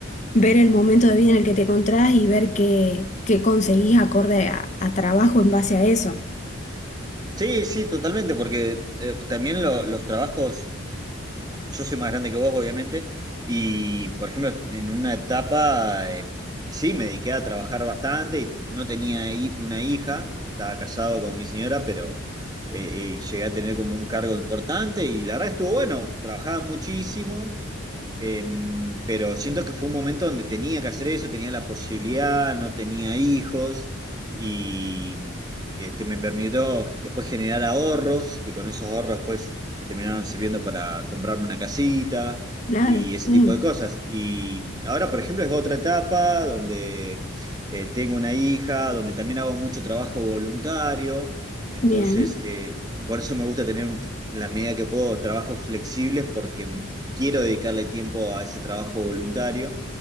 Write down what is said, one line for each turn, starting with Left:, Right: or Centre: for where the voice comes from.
Left: ver el momento de vida en el que te encontrás y ver qué, qué conseguís acorde a, a trabajo en base a eso.
Right: Sí, sí, totalmente, porque eh, también lo- los trabajos. yo soy más grande que vos, obviamente, y por ejemplo, en una etapa eh, sí me dediqué a trabajar bastante, no tenía hi- una hija, estaba casado con mi señora, pero eh, eh, llegué a tener como un cargo importante y la verdad estuvo bueno, trabajaba muchísimo, eh, pero siento que fue un momento donde tenía que hacer eso, tenía la posibilidad, no tenía hijos. Y este, me permitió después generar ahorros, que con esos ahorros después me terminaron sirviendo para comprarme una casita
Left: Claro,
Right: y ese
Left: sí.
Right: tipo de cosas. Y ahora, por ejemplo, es otra etapa donde eh, tengo una hija, donde también hago mucho trabajo voluntario, entonces
Left: Bien,
Right: eh, por eso me gusta tener un- en la medida que puedo trabajos flexibles porque quiero dedicarle tiempo a ese trabajo voluntario